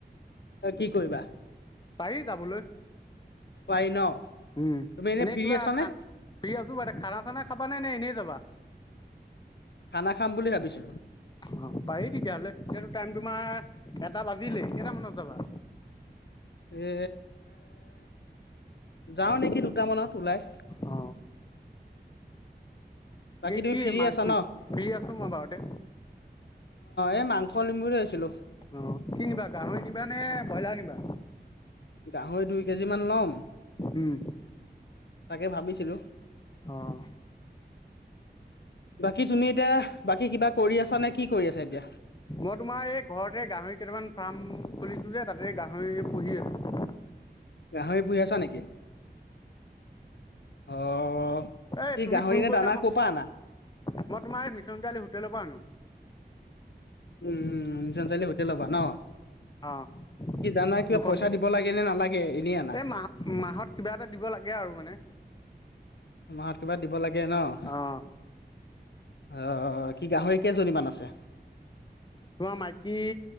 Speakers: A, on the left; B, on the left.
A: ত' কি কৰিবা?
B: পাৰি যাবলৈ।
A: পাৰি ন'।
B: উম,
A: তুমি এনে
B: এনেই
A: ফ্ৰী
B: কিবা
A: আছানে
B: খান শুই আছোঁ <unintelligible> খানা চানা খাবা নে, নে এনেই যাবা?
A: খানা খাম বুলি ভাবিছিলোঁ
B: অ', পাৰি তেতিয়াহ'লে তেতিয়াতো টাইম তোমাৰ, এটা বাজিলে কেইটামানত যাবা?
A: এ, যাম নেকি দুটামানত। উলাই।
B: অ
A: বাকী তুমি
B: কি
A: ফ্ৰী
B: মাংস
A: আছা ন' অ,
B: ফ্ৰী আছো মই বাৰুতে
A: এই মাং খলিমুৰে আছিলোঁ।
B: অ', কি নিবা গাহৰি নিবা নে ব্ৰইলাৰ নিবা?
A: গাহৰি দুই কেজিমান ল'ম।
B: উম।
A: তাকেই ভাবিছিলোঁ
B: অ',
A: বাকী তুমি এতিয়া, বাকী কিবা কৰি আছা নে কি কৰি আছা এতিয়া?
B: মই তোমাৰ এই ঘৰতে গাহৰি কেইটামান ফাৰ্ম, খুলিছোঁ যে তাতে গাহৰি পুহি আছোঁ।
A: গাহৰি পুহি আছা নেকি? অ'
B: এই
A: কি
B: তুমি
A: গাহৰিলে
B: ফোন কৰিলা
A: দানা
B: মই
A: ক' পৰা আনা?
B: মই তোমাৰ এই মিছন চাৰিআলিৰ হোটেলৰ পৰা আনো।
A: উম উম চ চাৰিলি হোটেল ল'বা ন
B: অ'
A: কি দানা কিবা
B: দুখন
A: পইচা দিব লাগে নে নালাগে এনেই আনা
B: এ মাহ-মাহত কিবা এটা দিব লাগে আৰু মানে।
A: মাহত কিবা দিব লাগে ন'?
B: অ'
A: অ', কি গাহৰি কেইজনীমান আছে?
B: তোমাৰ মাইকী